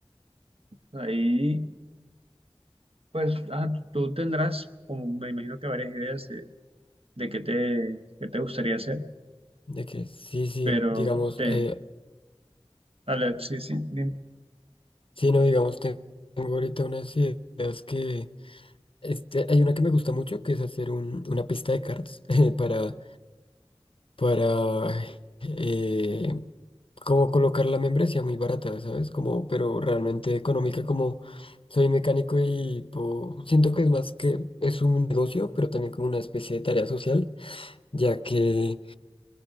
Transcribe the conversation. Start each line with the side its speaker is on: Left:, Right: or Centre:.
Right: Ahí Pues ajá, tú tú tendrás, como me imagino que varias ideas de, de qué te, qué te gustaría hacer,
Left: De que sí, sí,
Right: pero
Left: digamos,
Right: te,
Left: eh,
Right: a la- sí, sí, me
Left: sí, no, digamos, te- tengo ahorita unas ideas que, este, hay una que me gusta mucho, que es hacer un- una pista de cards <laughs> para para eh, como colocar la membresía muy barata, ¿sabes? Como, pero realmente económica, como soy mecánico y po- siento que es más que es un negocio, pero también como una especie de tarea social, ya que